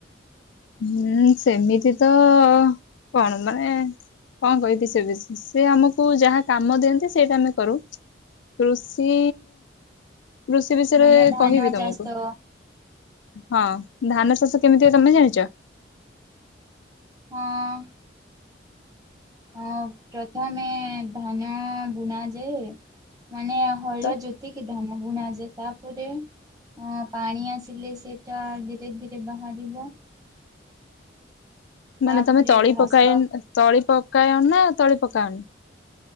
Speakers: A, on the left; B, on the right.
A: ହୁଁ ସେମିତି ତ କଣ ମାନେ କଣ କହିବି ସେ ବି ସେ ଆମକୁ ଯାହା କାମ ଦିଅନ୍ତି ସେଇଟା ଆମେ କରୁ। କୃଷି କୃଷି ବିଷୟରେ
B: ମାନେ ଧାନ
A: କହିବି ତମକୁ।
B: ଚାଷ
A: ହଁ ଧାନ ଚାଷ କେମିତି ତମେ ଜାଣିଛ।
B: ହଁ। ହଁ ପ୍ରଥମେ ଧାନ ବୁଣାଯାଏ। ମାନେ ହଳ
A: ତ
B: ଯେତିକି ଧାନ ବୁଣଯାଏ ତାପରେ। ହଁ ପାଣି ଆସିଲେ ସେଇଟା ଧୀରେ ଧୀରେ ବାହାରିବ। ତାପରେ
A: ମାନେ ତମେ ତଳି
B: ଘାସ
A: ପକାଇ ତଳି ପକାୟନା ତଳି ପକାଅନି।